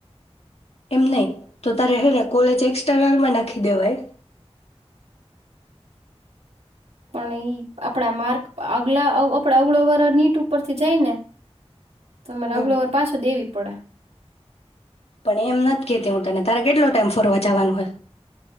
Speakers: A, on the left (about 65°); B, on the right (about 75°).
A: એમ નહીં તો તારે હેને કોલેજ એક્સટર્નલમાં નાખી દેવાય
B: પણ એઈ આપડા માર્ક આગલા આપડા અગળ વર નીટ ઉપરથી જાય ને તમારે
A: હમ
B: અગળ વાર પાછું દેવી પડે
A: પણ એમ નથી કેતી હું તને તારે કેટલો ટાઈમ ફરવા જવાનું હોય